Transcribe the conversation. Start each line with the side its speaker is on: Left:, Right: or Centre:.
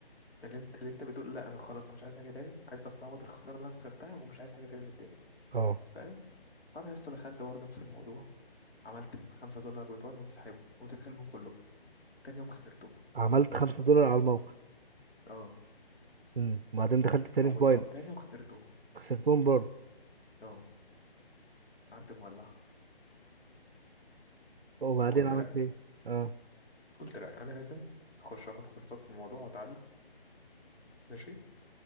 Left: اللي أنت اللي أنت بتقول لأ أنا خلاص أنا مش عايز حاجة تاني عايز بس أعوض الخسارة اللي أنا خسرتها ومش عايز حاجة تاني من الدنيا
Right: اه
Left: فاهم فأنا لسه دخلت برضه نفس الموضوع عملت الخمسة دولار بتوعي وقمت سحبهم وقمت داخلهم كلهم تاني يوم خسرتهم
Right: عملت خمسة دولار على الموقع
Left: اه
Right: امم وبعدين دخلت تاني
Left: حولتهم
Right: في باينانس
Left: تاني وخسرتهم
Right: خسرتهم برضه
Left: اه قعدت مولع
Right: وبعدين
Left: فقلت
Right: عملت
Left: لا
Right: ايه اه
Left: قلت لا انا لازم اخش اخد كورسات في الموضوع واتعلم ماشي